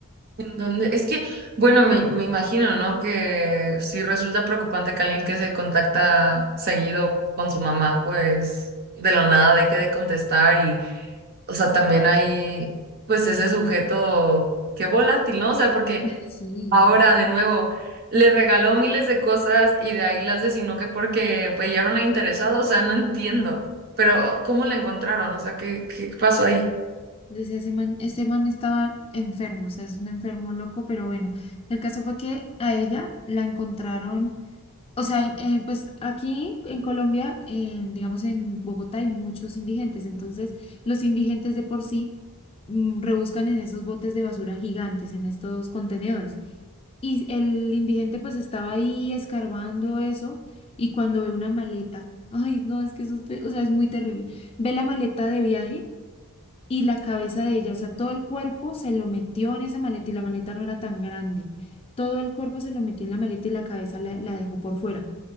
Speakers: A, on the right; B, on the left.
A: ¿En dónde? Es que, bueno, me, me imagino, ¿no? Que si resulta preocupante que alguien que se contacta seguido con su mamá, pues, de la nada deje de contestar y, o sea,
B: Sí.
A: también hay, pues, ese sujeto, qué volátil, ¿no? O sea, porque...
B: <laughs> Sí,
A: Ahora, de nuevo, le regaló miles de cosas y de ahí la asesinó que porque pues, ya era una interesada, o sea, no entiendo. Pero, ¿cómo la encontraron? O sea, ¿qué, qué pasó ahí?
B: Decía, ese man, ese man estaba enfermo, o sea, es un enfermo loco, pero bueno, el caso fue que a ella la encontraron, o sea, en- eh, pues aquí en Colombia, en, digamos en Bogotá hay muchos indigentes, entonces los indigentes de por sí mm, rebuscan en esos botes de basura gigantes, en estos contenedores. Y el indigente pues estaba ahí escarbando eso y cuando ve una maleta, ay, no, es que eso, es te- o sea, es muy terrible. Ve la maleta de viaje y la cabeza de ella, o sea, todo el cuerpo se lo metió en esa maleta y la maleta no era tan grande. Todo el cuerpo se lo metió en la maleta y la cabeza la, la dejó por fuera.